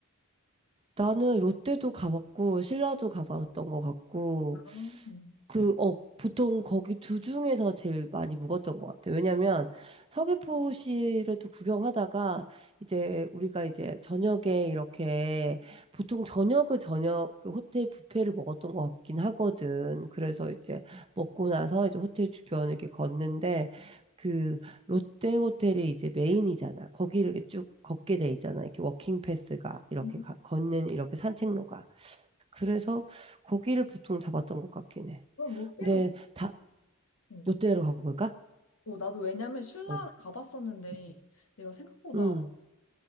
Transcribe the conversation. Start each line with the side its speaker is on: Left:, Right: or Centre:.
Right: 나는 롯데도 가봤고, 신라도 가봤던 것 같고,
Left: 아, 음.
Right: 그, 어, 보통 거기 두 중에서 제일 많이 묵었던 것 같아요. 왜냐면 서귀포시를 또 구경하다가 이제 우리가 이제 저녁에 이렇게 보통 저녁을 저녁 그 호텔 뷔페를 먹었던 것 같긴 하거든. 그래서 이제 먹고 나서 이제 호텔 주변을 이렇게 걷는데 그 롯데 호텔이 이제 메인이잖아. 거기를 이렇게 쭉 걷게 돼 있잖아. 이렇게 워킹 패스가 이렇게
Left: 음.
Right: 가- 걷는 이렇게 산책로가. 그래서 거기를 보통 잡았던 것 같긴 해.
Left: 그럼 롯데로
Right: 근데
Left: 가.
Right: 다
Left: 어.
Right: 롯데로 가볼까?
Left: 어, 나도 왜냐면 신라는
Right: 어.
Left: 가봤었는데
Right: 응.
Left: 내가 생각보다
Right: 응,